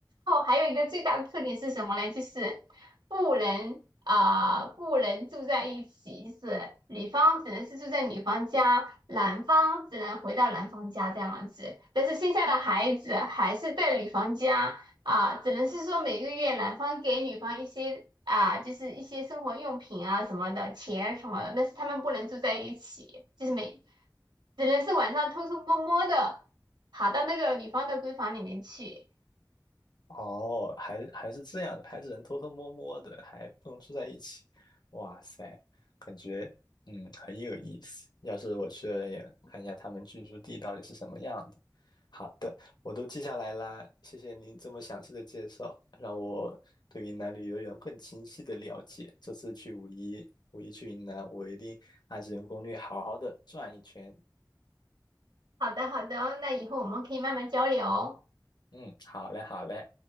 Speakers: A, on the right; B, on the left.
A: 之后还有一个最大的特点是什么呢？就是不能啊、不能住在一起，就是女方只能是住在女方家，男方只能回到男方家这样子。但是生下的孩子还是在女方家。啊，只能是说每个月男方给女方一些啊，就是一些生活用品啊什么的，钱什么的，但是他们不能住在一起，就是每只能是晚上偷偷摸摸的跑到那个女方的闺房里面去。
B: 哦，还还是这样的，还只能偷偷摸摸的，还不能住在一起。哇塞，感觉嗯很有意思。要是我去了也看一下他们居住地到底是什么样的。好的，我都记下来啦，谢谢您这么详细的介绍，让我对云南旅游有更清晰的了解。这次去五一，五一去云南，我一定按照人攻略好好的转一圈。
A: 好的，好的，那以后我们可以慢慢交流哦。
B: 嗯，好嘞，好嘞。